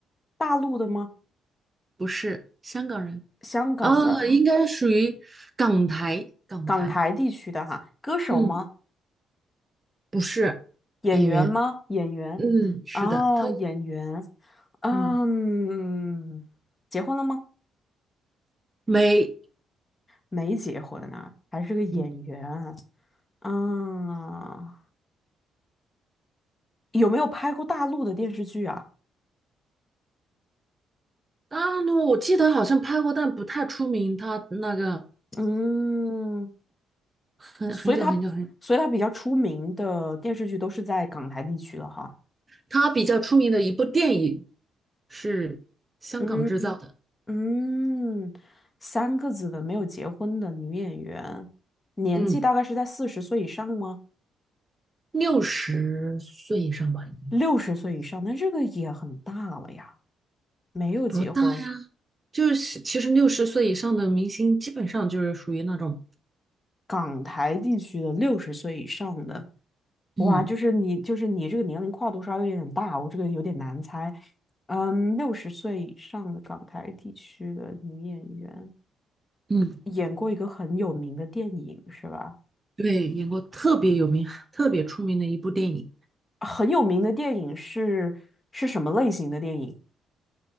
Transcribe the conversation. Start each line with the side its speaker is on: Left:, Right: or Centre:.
Left: 大陆的吗？
Right: 不是香港人
Left: 香港的？
Right: 啊，应该属于港台，港台，
Left: 港台地区的哈？歌手吗？
Right: 嗯，不是演员。
Left: 演员吗？演员？
Right: 嗯，是的，
Left: 啊，
Right: 他
Left: 演员。嗯，
Right: 嗯
Left: 结婚了吗？
Right: 没
Left: 没结婚啊，还是个演员。
Right: 嗯
Left: 嗯，有没有拍过大陆的电视剧啊？
Right: 啊，那我记得好像拍过，但不太出名。他那个
Left: 嗯，
Right: 很很久很久很，
Left: 所以他，所以他比较出名的电视剧都是在港台地区了哈。
Right: 他比较出名的一部电影是香港制造的，
Left: 嗯。嗯，三个子的没有结婚的女演员，年纪大概是在四十岁以上吗？
Right: 嗯，六十岁以上吧，应该
Left: 六十岁以上，那这个也很大了呀。没有结婚，
Right: 不大呀。就是其实六十岁以上的明星，基本上就是属于那种
Left: 港台地区的六十岁以上的，哇，
Right: 嗯
Left: 就是你，就是你这个年龄跨度稍微有点大，我这个有点难猜。嗯，六十岁以上的港台地区的女演员，
Right: 嗯，
Left: 演过一个很有名的电影，是吧？
Right: 对，演过特别有名、特别出名的一部电影，
Left: 很有名的电影是是什么类型的电影？